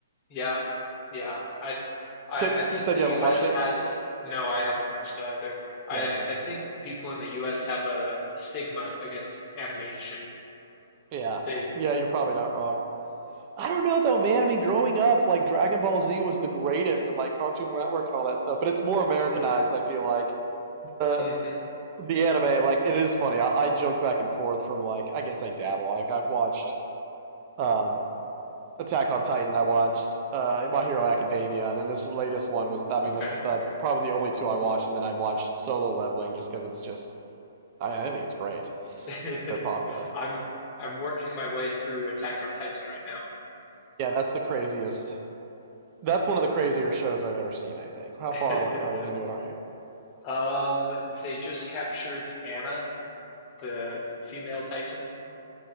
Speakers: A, on the left; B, on the right.
A: Yeah, yeah. I, I
B: So
A: I think
B: you said
A: the
B: you haven't
A: U.S.
B: watched it.
A: has no. I haven't watched it either. I
B: Gotcha.
A: I think people in the U.S. have a stigma against animation.
B: Yeah,
A: They.
B: yeah, you're probably not wrong. I don't know though, man. I mean, growing up, like Dragon Ball Z was the greatest, and like Cartoon Network and all that stuff. But it's more Americanized.
A: hmm
B: I feel like the
A: hmm
B: the anime, like it is funny. I, I jumped back and forth from like I guess I dabble. Like I've watched um, Attack on Titan I watched, uh, My Hero Academia, and then this latest one was. I
A: Okay.
B: mean, that's the
A: Okay.
B: probably the only two I watched, and then I watched Solo Leveling just because it's just. I, I think it's great.
A: <laughs>
B: Very popular.
A: I'm I'm working my way through Attack on Titan right
B: Yeah, that's the craziest. That's one of the crazier shows I've ever seen. I think. How
A: now.
B: far are,
A: <laughs>
B: into it are you?
A: Um, they just captured Anna, the female Titan.